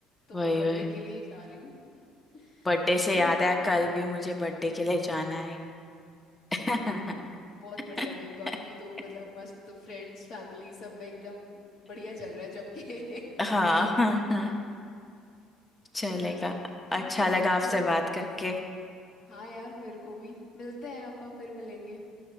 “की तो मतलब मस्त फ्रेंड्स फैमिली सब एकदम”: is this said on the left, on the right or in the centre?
Left